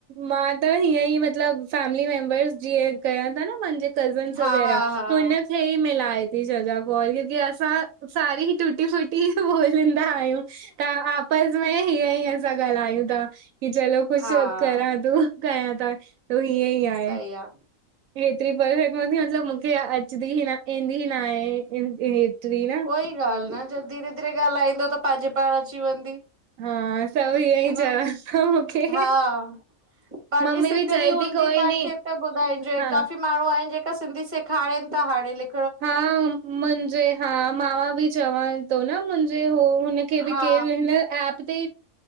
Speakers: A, on the right; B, on the right.
A: मां त हीअं ई मतलबु फैमिली मेंबर्स जीअं कया ता न मांजे कज़नस
B: हा
A: वगैर
B: हा हा
A: हुन खे ई मिलाए ती सघां कॉल क्यूं की असां सारे ई टूटी फूटी ई बोलिंदा आहियूं त आपसि में हीअं ईं असां ॻाल्हायूं ता की चलो कुछ
B: हा
A: करां तो कयां त त हीअं ई आहे।
B: सही आ
A: एतिरी परफेक्ट हूंदी मतलबु मूंखे अचंदी ई न ईंदी ही नाहे, हेतिरी न
B: सई ॻाल्हि न जे धीरे- धीरे ॻाल्हाईंदो त पांजे पाण अची वेंदी।
A: हा सभ इअ
B: ह
A: ई चवं
B: न
A: मूंखे।
B: हा बाकी
A: मम्मी
B: सिखणी
A: बि चए
B: हूंदी
A: थी कोई
B: तांखे
A: नी
B: त ॿुधाइन्जो
A: हा
B: काफी। माण्हू आहिन जेका सिंधी सेखारीन ता हाणे लिख।
A: हा मुंजे। हा मां बि चवांन थो न मुंजे हो हुनखे बि
B: हा
A: केर हिन एप। ते